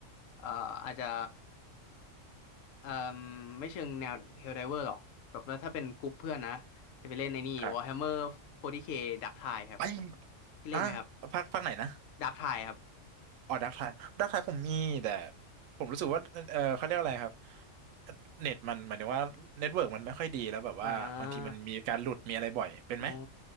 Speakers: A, on the left; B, on the right.
A: เอ่ออาจจะ เอ่มไม่เชิงแนวเฮลไดเวอร์หรอกแบบว่าถ้าเป็นกลุ่มเพื่อนนะจะไปเล่นในนี่
B: ครับ
A: Warhammer 40K Dark Tide ครับ
B: ไอ้
A: ที่เล่นไหมครับ
B: อ่ะภาคภาคไหนนะ
A: Dark Tide ครับ
B: อ๋อดักไทายดักไทายผมมีแต่ผมรู้สึกว่าเออเขาเรียกอะไรครับเน็ตมันหมายถึงว่าเน็ตเวิร์กมันไม่ค่อยดีแล้วแบบว่าบางทีมันมีการหลุดมีอะไรบ่อยเป็นไหม
A: อ่าอ๋อ